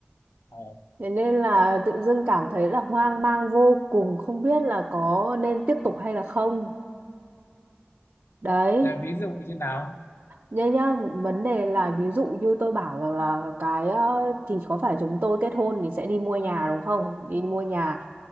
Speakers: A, on the left (about 80°); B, on the right (about 60°).
A: Ồ.
B: Thế nên là tự dưng cảm thấy là hoang mang vô cùng, không biết là có nên tiếp tục hay là không. Đấy,
A: à, ví dụ như nào
B: nhá nhá, vấn đề là ví dụ như tôi bảo rằng là cái ờ, thì có phải chúng tôi kết hôn thì sẽ đi mua nhà đúng không? Đi mua nhà.